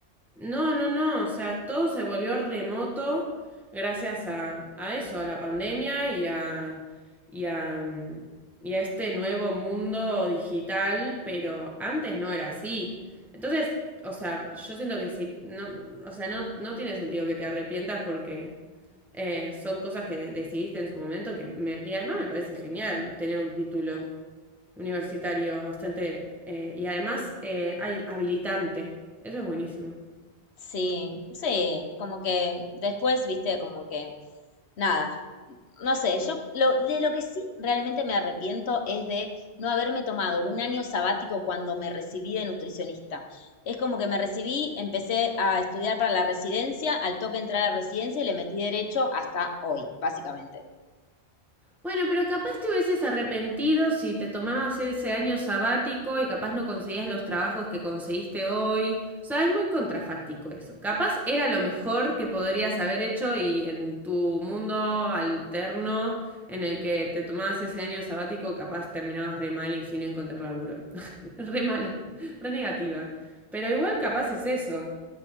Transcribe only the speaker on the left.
Sí, sí, como que después, viste, como que nada, no sé, yo lo, de lo que sí realmente me arrepiento es de no haberme tomado un año sabático cuando me recibí de nutricionista. Es como que me recibí, empecé a estudiar para la residencia, al toque entré a la residencia y le metí derecho hasta hoy, básicamente.